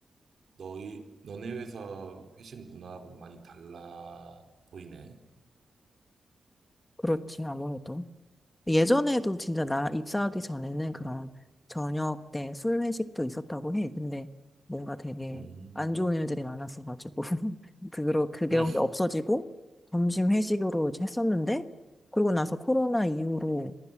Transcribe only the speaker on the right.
너희, 너네 회사 회식 문화하고 많이 달라 보이네.
음,
음,